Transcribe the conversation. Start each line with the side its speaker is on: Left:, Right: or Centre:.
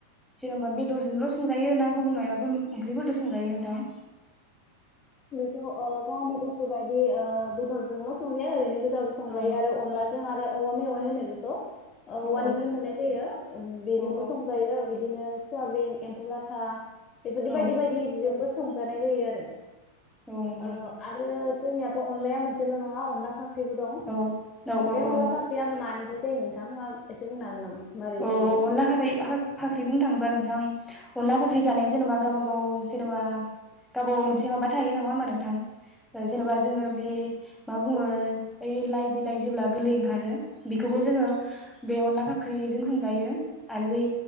Centre: जेनेबा बेदरजोंल' संजायो ना गुबुन मायाबाफोर ओंख्रिफोरजों संजायो नोंथां
Left: अ गावनि गोसो बायदि ओ बेदरजोंल' संजाया ओरैनो गो जाबो संजायो
Centre: औ
Left: आरो अनलाजों आरो औ औवा मेवाइ होनो बेखौ औवानिफ्राय
Centre: औ औ
Left: मोननाय जायो बेजोंबो
Centre: औ औ
Left: संजायो बिदिनो सयाबिन एम्फौ लाथा था बेफोरदि
Centre: औ
Left: बायदि बायदिजोंबो संजानाय जायो आरो दों
Centre: औ नंगौ
Left: आ
Centre: नोंथां
Left: आरो जोंनियाथ' अनलाया मोनसेल' नङा अनला फाख्रिबो दं
Centre: औ औ
Left: बे
Centre: औ
Left: अनला
Centre: औ
Left: फाख्रिया मानिफ्राय जायो नोंथां मा एसे बुंनो हागोन नामा मारै
Centre: अ
Left: जायो?
Centre: अनला खारै हा फाख्रि बुंनो थाङोबा नों थां अनला फाख्रि जानाया जेनेबा गाबा औ जेनेबा गावबा गाव मोनसे माबा थायो नङा होमबा नोंथां जेनेबा जोङो बे मा बुङो ओइ लाइ बिलाय जेब्ला गोलै ओंखारो बेखोबो जोङो बे अनला फा ख्रि जों संजायो आरो बै